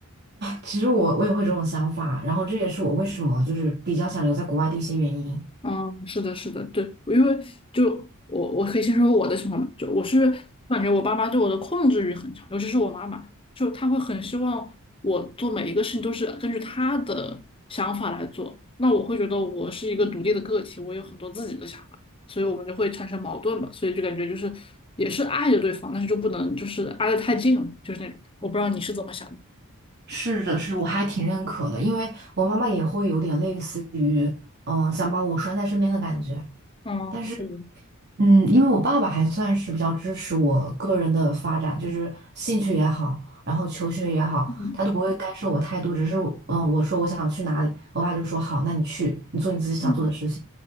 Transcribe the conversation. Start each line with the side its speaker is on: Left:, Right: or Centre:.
Right: 其实我我也会这种想法，然后这也是我为什么就是比较想留在国外的一些原因。
Left: 嗯，是的，是的，对，因为就我我可以先说我的情况吧，就我是感觉我爸妈对我的控制欲很强，尤其是我妈妈，就她会很希望我做每一个事情都是根据她的想法来做，那我会觉得我是一个独立的个体，我有很多自己的想法，所以我们就会产生矛盾嘛，所以就感觉就是也是爱着对方，但是就不能就是挨得太近了，就是那种，我不知道你是怎么想的。
Right: 是的，是的我还挺认可的，因为我妈妈也会有点类似于，嗯、想把我拴在身边的感觉。
Left: 嗯，
Right: 但是，
Left: 是的
Right: 嗯，因为我爸爸还算是比较支持我个人的发展，就是兴趣也好，然后求学也好，
Left: 嗯。
Right: 他都不会干涉我太多，只是我嗯，我说我想去哪里，我爸就说好，那你去，你做你自己想做的事情。
Left: 嗯